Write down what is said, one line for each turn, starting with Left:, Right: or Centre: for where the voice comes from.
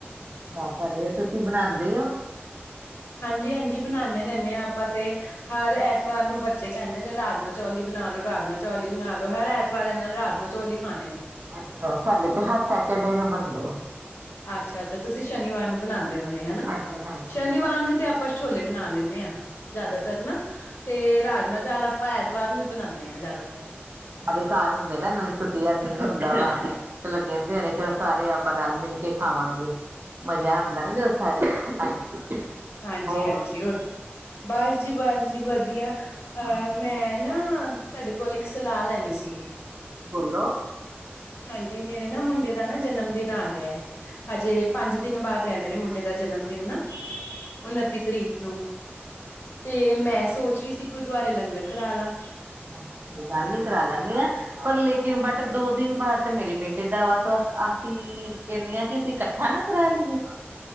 Right: ਹਾਂ ਪਰ ਤੁਸੀਂ ਬਣਾਦੇ ਔ।
Left: <inaudible> ਹਾਂਜੀ -ਹਾਂਜੀ ਬਣਾਣੇ ਰਹਿੰਣੇ ਹਾਂ ਆਪਾਂ ਤੇ ਹਰ ਐਤਵਾਰ ਨੂੰ ਬੱਚੇ ਕਹਿੰਦੇ ਨੇ ਰਾਜ ਮਾਹ ਚੌਲ ਈ ਬਣਾਉ। ਰਾਜ ਮਾ ਬਣਾ ਲ ਲੋ ਰਾਜ ਮਾਂਹ ਚੌਲ ਬਣਾ ਲ ਲੋ ਹਰ ਐਤਵਾਰ ਇਹਨਾਂ ਨੇ ਰਾਜ ਮਾਂਹ ਚੌਲ ਹੀ ਖਾਣੇ ਨੇ।
Right: ਅੱਛਾ ਸਾਡੇ ਤੇ ਹਰ ਸੈਟਰਡੇ ਨੂੰ ਬਣਦੇ ਆ।
Left: ਅੱਛਾ -ਅੱਛਾ ਤੁਸੀਂ ਸ਼ਨੀਵਾਰ ਨੂੰ ਬਣਾਂਦੇ ਹੋਣੇ ਹਨਾ
Right: ਹਾਂਜੀ ਹਾਂਜੀ
Left: ਸ਼ਨੀਵਾਰ ਨੂੰ ਤੇ ਆਪਾਂ ਛੋਲੇ ਬਣਾ ਲੈਂਦੇ ਹਾਂ ਜਿਆਦਾਤਰ ਨਾ ਤੇ ਰਾਜ ਮਾਂਹ ਚਾਵਲ ਆ ਆਪਾਂ ਐਤਵਾਰ ਨੂੰ ਹੀ ਬਣਾਉਂਦੇ ਹਾਂ ਜ਼ਿਆਦਾਤਰ
Right: ਸਾਰੇ ਘਰ ਹੁੰਦੇ ਨਾ ਨਾਲੇ ਛੁੱਟੀ ਦਾ ਦਿਨ ਹੁੰਦਾ ਵਾ ਚਲੋ ਕਹਿੰਦੇ ਆ ਨੇ ਚਲੋ ਸਾਰੇ ਆਪਾਂ ਰਲ ਮਿਲ ਕੇ ਖਾਵਾਂਗੇ। ਮਜ਼ਾ ਆਉਂਦਾ ਨਾ ਜਦ ਸਾਰੇ <inaudible>
Left: ਹਾਂਜੀ-
Right: ਹੋਰ
Left: ਹਾਂਜੀ ਉਥੇ ਬਸ ਜੀ ਬਸ ਜੀ ਵਧੀਆ ਅਹ
Right: ਹਾਂਜੀ
Left: ਮੈਂ ਨਾ ਤੁਹਾਡੇ ਕੋਲ ਇੱਕ ਸਲਾਹ ਲੈਣੀ ਸੀਗੀ।
Right: ਬੋਲੋ
Left: ਹਾਂਜੀ ਮੇਰੇ ਨਾ ਮੁੰਡੇ ਦਾ ਨਾ ਜਨਮ ਦਿਨ ਆ ਰਿਹਾ ਹਜੇ ਪੰਜ ਦਿਨ ਬਾਅਦ ਹੈ ਮੇਰੇ ਮੁੰਡੇ ਦਾ ਜਨਮਦਿਨ ਨਾ ਉਨੱਤੀ ਤਰੀਕ ਨੂੰ ਤੇ ਮੈਂ ਸੋਚ ਰਹੀ ਸੀ ਗੁਰਦੁਆਰੇ ਲੰਗਰ ਕਰਾਂ ਲਾਂ।
Right: ਹਾਂਜੀ, ਕੋਈ ਗੱਲ ਨੀ ਕਰਾ ਲੈਂਦੇ ਆ ਪਰ ਲੇਕਿਨ ਬਟ ਦੋ ਦਿਨ ਬਾਅਦ ਤਾਂ ਮੇਰੇ ਬੇਟੇ ਦਾ ਵਾ ਵਾ ਅਸੀ ਕਹਿੰਦੇ ਆਂ ਕਿ ਅਸੀਂ ਇਕੱਠਾ ਨਾ ਕਰਾ ਲਈਏ।